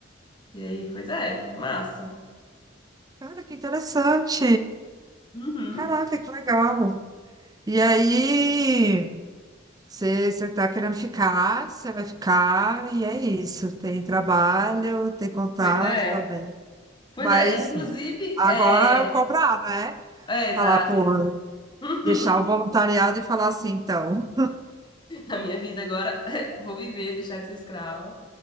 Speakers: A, on the left; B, on the right.
A: E aí, pois é, massa.
B: Cara, que interessante.
A: Uhum.
B: Caraca, que legal. E aí, você, você tá querendo ficar, você vai ficar, e é isso. Tem trabalho, tem contato,
A: Pois é.
B: tá bem.
A: Pois
B: Mas
A: é, inclusive,
B: agora
A: é.
B: é cobrar, né?
A: É, exato.
B: Falar, porra,
A: Uhum.
B: deixar o voluntariado e falar assim, então.
A: A minha vida agora, <laughs> vou viver, deixar de ser escrava.